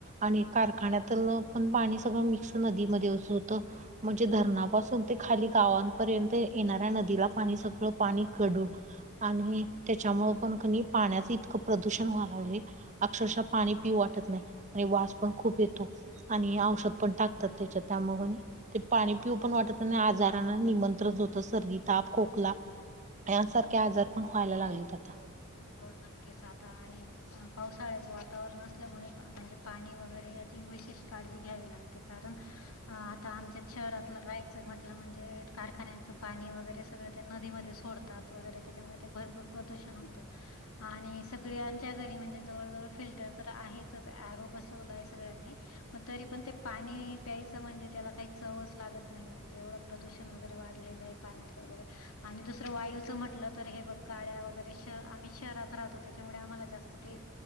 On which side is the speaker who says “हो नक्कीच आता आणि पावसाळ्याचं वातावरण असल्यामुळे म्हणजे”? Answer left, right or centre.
Left